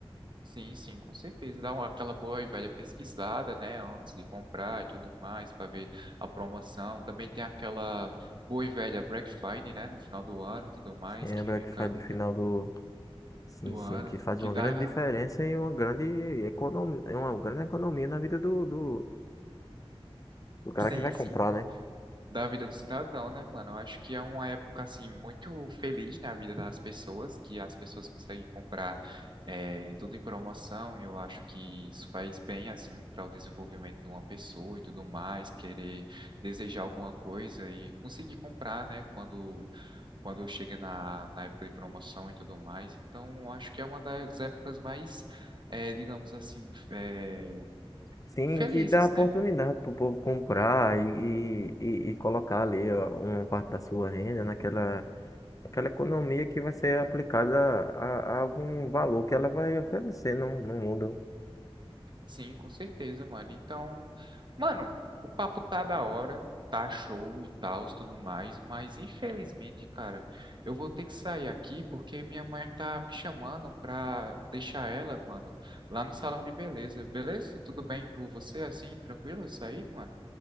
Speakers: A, on the right; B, on the left.
A: Sim, sim, com certeza. Dá uma, aquela boa e velha pesquisada, né, antes de comprar e tudo mais, para ver a promoção. Também tem aquela boa e velha Black Friday, né, no final do ano e tudo mais,
B: Sim, é
A: que
B: Black
A: fica
B: Friday do final do. Sim,
A: do
B: sim,
A: ano,
B: que faz
A: que
B: uma
A: dá.
B: grande diferença e uma grande economia, uma grande economia na vida do, do, do cara
A: Sim,
B: que vai comprar,
A: sim,
B: né?
A: da vida do cidadão, né, mano? Eu acho que é uma época, assim, muito feliz na vida das pessoas, que as pessoas conseguem comprar eh, tudo em promoção, e eu acho que isso faz bem, assim, para o desenvolvimento de uma pessoa e tudo mais, querer desejar alguma coisa e conseguir comprar, né, quando, quando chega na, na época de promoção e tudo mais. Então, eu acho que é uma das épocas mais, eh, digamos assim, eh,
B: Sim,
A: felizes,
B: que dá oportunidade
A: né?
B: pro povo comprar e, e, e, e colocar ali ó, uma parte da sua renda naquela, naquela economia que vai ser aplicada a, a algum valor que ela vai oferecer no, no mundo.
A: Sim, com certeza, mano. Então, mano, o papo tá da hora, tá show e tal, tudo mais, mas infelizmente, cara, eu vou ter que sair aqui porque minha mãe tá me chamando pra deixar ela, mano, lá no salão de beleza. Beleza? Tudo bem por você assim, tranquilo eu sair, mano?